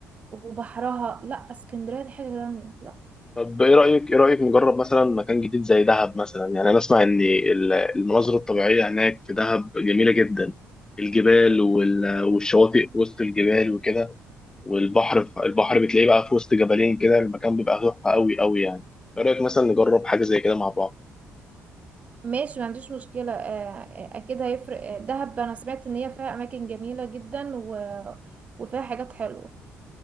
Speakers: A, on the right; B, on the left.
A: وبحرها لا اسكندريه دي حاجه تانية لا
B: طب ايه رايك ايه رايك نجرب مثلا مكان جديد زي دهب مثلا يعني انا اسمع ان ال- المناظر الطبيعيه هناك في دهب جميله جدا الجبال وال- والشواطئ وسط الجبال وكده والبحر في- البحر بتلاقيه بقى في وسط جبلين كده المكان بيبقى تحفه قوي قوي يعني ايه رايك مثلا نجرب حاجه زي كده مع بعض
A: ماشي ما عنديش مشكله آه، آه، اكيد هيفرق آه، دهب انا سمعت ان هي فيها اماكن جميله جدا و... وفيها حاجات حلوه